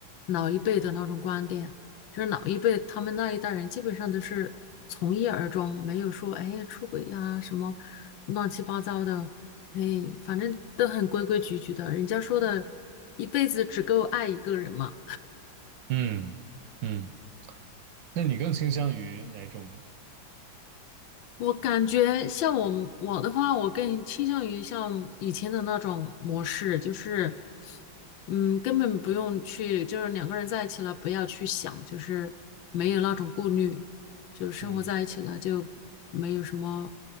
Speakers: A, on the left; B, on the right.
A: 老一辈的那种观点，就是老一辈他们那一代人基本上都是从一而终，没有说哎出轨呀、什么乱七八糟的，哎反正都很规规矩矩的，人家说的一辈子只够爱一个人嘛。
B: 嗯嗯，那你更倾向于哪种？
A: 我感觉像我们我的话，我更倾向于像以前的那种模式，就是，嗯，根本不用去，就是两个人在一起了，不要去想，就是没有那种顾虑，就是生活在一起了，
B: 嗯
A: 就没有什么